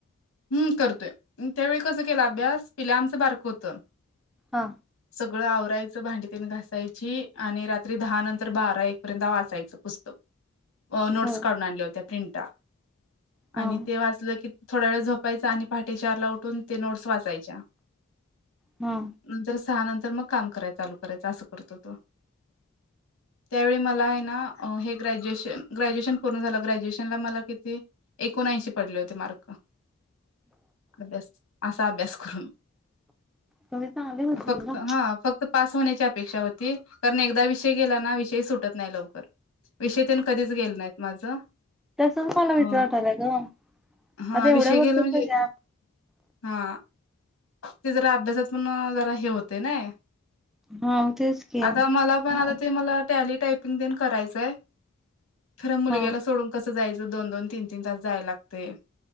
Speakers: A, on the left; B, in the centre.
A: हम् करतोय, त्यावेळी कसं केला अभ्यास, पिल्या आमचं बारकं होतं
B: हा
A: सगळं आवरायचं भांडी तेन घासायची, आणि रात्री दहा नंतर बारा, एक पर्यंत वाचायचं पुस्तक. अ नोटस
B: बर
A: काढून आणल्या होत्या प्रिंटा
B: हा
A: आणि ते वाचलं की थोडा वेळ झोपायचं आणि पहाटे चार ला उठून ते नोट्स वाचायच्या
B: हा
A: नंतर सहा नंतर मग काम कराय चालू करायच असं करत हुतो त्यावेळी मला आहे ना हे ग्रॅज्युएशन ग्रॅज्युएशन पूर्ण झालं ग्रॅज्युएशनला मला किती? एकोणऐंशी पडले होते मार्क अभ्यास असा अभ्यास करून
B: तुम्ही चांगले होते
A: फक्त
B: ना
A: हा फक्त पास होण्याची अपेक्षा होती कारण एकदा विषय गेला ना विषय सुटत नाही लवकर विषय तेन कधीच गेल नाहीत माझं
B: तसंच मला
A: अ
B: भीती वाटल्या ग आता
A: हा
B: एवढ्या
A: विषय
B: वर्षात
A: गेला म्हणजे
B: कधी
A: हा ते जरा अभ्यासात पण जरा हे होते नाही.
B: हा तेच की
A: आता
B: हा
A: मला पण आता ते मला टॅली, टायपिंग तेन करायचंय खरं मुलग्याला
B: हा
A: सोडून कसं जायचं दोन-दोन तीन-तीन तास जायला लागतय